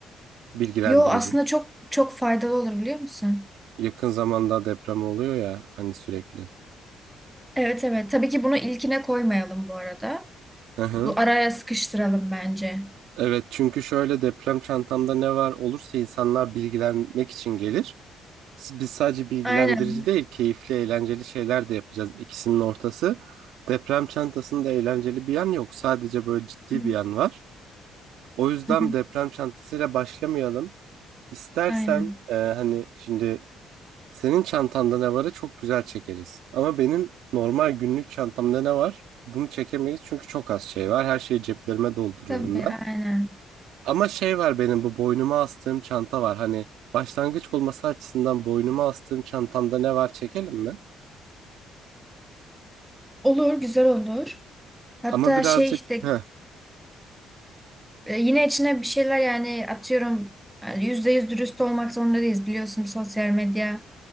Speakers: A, on the right (about 85°); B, in the centre.
A: Bilgilendirici.
B: yo aslında çok çok faydalı olur biliyor musun?
A: Yakın zamanda deprem oluyor ya hani sürekli.
B: Evet evet. Tabii ki bunu ilkine koymayalım bu arada.
A: Hı hı.
B: Bu araya sıkıştıralım bence.
A: Evet çünkü şöyle deprem çantamda ne var olursa insanlar bilgilenmek için gelir. Biz sadece bilgilendirici
B: Aynen.
A: değil, keyifli, eğlenceli şeyler de yapacağız. İkisinin ortası. Deprem çantasında eğlenceli bir yan yok. Sadece böyle ciddi
B: Hı hı.
A: bir yan var. O yüzden
B: hı hı.
A: deprem çantasıyla başlamayalım. İstersen
B: Aynen.
A: e, hani şimdi senin çantanda ne varı çok güzel çekeriz. Ama benim normal günlük çantamda ne var? Bunu çekemeyiz çünkü çok az şey var. Her şeyi ceplerime dolduruyorum
B: Tabii aynen.
A: ama şey var benim bu boynuma astığım çanta var. Hani başlangıç olması açısından boynuma astığım çantamda ne var çekelim mi?
B: Olur, güzel olur. Hatta
A: Ama birazcık
B: şey işte
A: Heh.
B: e, yine içine bir şeyler yani atıyorum yani yüzde yüz dürüst olmak zorunda değiliz biliyorsun sosyal medya